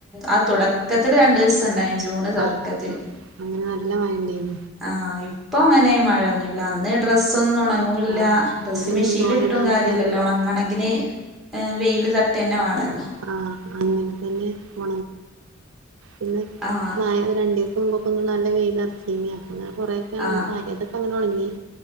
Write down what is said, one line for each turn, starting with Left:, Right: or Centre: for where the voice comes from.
Centre: ആ തുട ക്കത്തില് രണ്ട് ദിവസം ഉണ്ട ജൂണ് തൊടക്കത്തില്
Right: ആഹ് ആഹ് അങ്ങനെ നല്ല മയണ്ടെയിന്നു
Centre: ആഹ ഇപ്പൊ അങ്ങനെ മഴയൊന്നുല്ല അന്ന് ഡ്രസ്സൊന്നും ഒണങ്ങൂല്ല
Right: ആഹ്
Centre: ഡ്രസ്
Right: അയിലൊന്നും
Centre: മെഷീനിലിട്ടിട്ടും
Right: തോരടാൻ
Centre: കാര്യല്ലല്ലോ
Right: സ്ഥലല്ല
Centre: ഒണങ്ങണെങ്കിന് വെയിൽ തട്ടെന്നെ വാണല്ലോ
Right: ആ അങ്ങനെ തന്നെ പോ പിന്നെ
Centre: ആഹ്
Right: മയ രണ്ടു ദിവസം മുമ്പ അപ്പൊ നല്ല വെയിയിലറച്ച <unintelligible>
Centre: ആഹ്
Right: ഒണങ്ങി